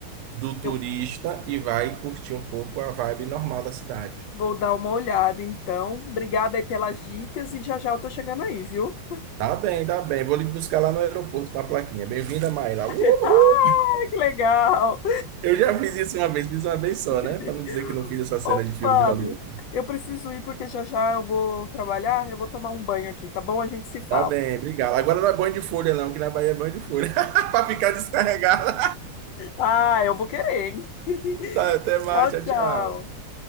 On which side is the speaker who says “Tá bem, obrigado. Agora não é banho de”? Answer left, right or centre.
Right